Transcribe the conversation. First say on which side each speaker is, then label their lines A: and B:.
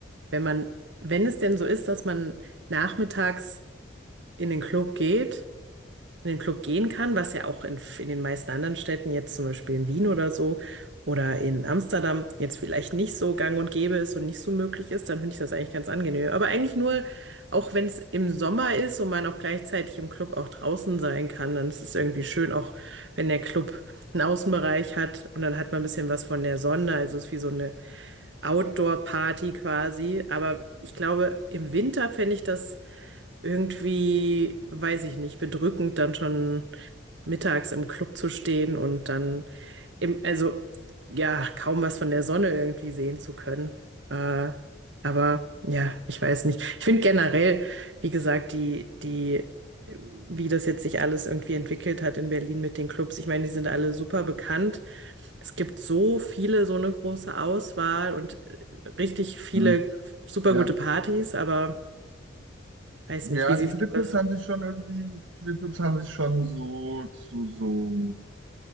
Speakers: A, on the right (about 65°); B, on the right (about 85°).
A: Wenn man, wenn es denn so ist, dass man nachmittags in den Club geht, in den Club gehen kann, was ja auch in, in den meisten anderen Städten, jetzt zum Beispiel in Wien oder so oder in Amsterdam, jetzt vielleicht nicht so gang und gäbe ist und nicht so möglich ist, dann finde ich das eigentlich ganz angenehm. Aber eigentlich nur, auch wenn es im Sommer ist und man auch gleichzeitig im Club auch draußen sein kann, dann ist es irgendwie schön, auch wenn der Club einen Außenbereich hat und dann hat man ein bisschen was von der Sonne, also es ist wie so eine Outdoor-Party quasi. Aber ich glaube, im Winter fände ich das irgendwie, weiß ich nicht, bedrückend, dann schon mittags im Club zu stehen und dann im, also ja, kaum was von der Sonne irgendwie sehen zu können. Äh, aber ja, ich weiß nicht. Ich finde generell, wie gesagt, die, die, wie das jetzt sich alles irgendwie entwickelt hat in Berlin mit den Clubs. Ich meine, die sind alle super bekannt es gibt so viele, so eine große Auswahl und äh, richtig viele
B: Hm,
A: super
B: Ja.
A: gute Partys, aber weiß
B: Ja,
A: nicht, wie
B: also
A: siehst
B: viele
A: du
B: Clubs
A: das?
B: haben sich schon irgendwie, viele Clubs haben sich schon so zu so,